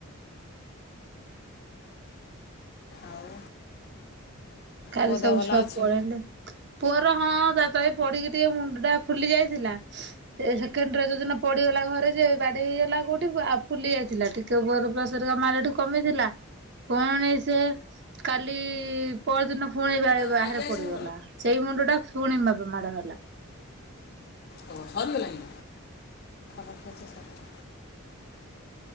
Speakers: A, on the left; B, on the right.
A: ଆଉ
B: କାଲି
A: ପୁଅ
B: ସବୁ
A: ଦେହ ଭଲ
B: ଛୁଆ
A: ଅଛି
B: ପଳେଇଲେ। ପୁଅର ହଁ ତା ତ ଏଇପଡିକି ଟିକେ ମୁଣ୍ଡ ଟା ଫୁଲି ଯାଇଥିଲା। ସେ ସେକେଣ୍ଡରେ ଯୋଉଦିନ ପଡିଗଲା ଘରେ ଯେ ବାଡେ ହେଇଗଲା କୋଉଠି ଆଉ ଫୁଲି ଯାଇଥିଲା ଟିକେ। ବୋର ପ୍ଲସହାରିକା ମାରଲାଠୁ କମିଥିଲା ପୁଣି ସେ କାଲି ପରଦିନ ପୁଣିିବା ବାହାରେ
A: ଖାଇକି
B: ପଡିଗଲା
A: ଆସିବ
B: ସେଇ ମୁଣ୍ଡ ଟା ପୁଣି ମାଡ ହେଲା।
A: ଓଉ ହରି ଗଲାଣି। <unintelligible>